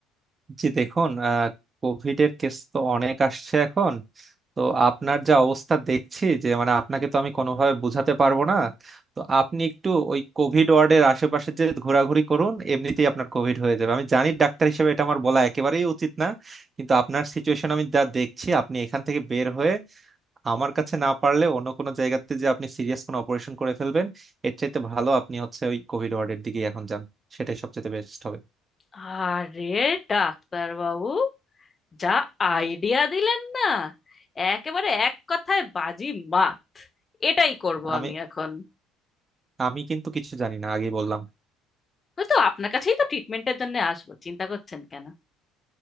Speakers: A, on the right; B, on the left.
A: জি দেখুন আহ কোভিড এর কেস তো অনেক আসছে এখন তো আপনার যা অবস্থা দেখছি যে মানে আপনাকে তো আমি কোনোভাবে বোঝাতে পারবো না তো আপনি একটু ওই কোভিড ওয়ার্ডের আশেপাশে যে ঘোরাঘুরি করুন এমনিতেই আপনার কোভিড হয়ে যাবে আমি জানি ডাক্তার হিসেবে এটা আমার বলা একেবারেই উচিত না কিন্তু আপনার সিচুয়েশন আমি যা দেখছি আপনি এখান থেকে বের হয়ে আমার কাছে না পারলে অন্য কোনো জায়গাতে যে আপনি সিরিয়াস কোনো অপারেশন করে ফেলবেন এর চাইতে ভালো আপনি হচ্ছে ওই কোভিড ওয়ার্ডের দিকেই এখন যান সেটাই সবচেয়ে বেস্ট হবে
B: আরে ডাক্তার বাবু যা আইডিয়া দিলেন না একেবারে এক কথায় বাজি মাত এটাই করব
A: আমি
B: আমি এখন
A: আমি কিন্তু কিছু জানি না আগেই বললাম
B: হয়তো আপনার কাছেই তো ট্রিটমেন্টের জন্য আসবো চিন্তা করছেন কেন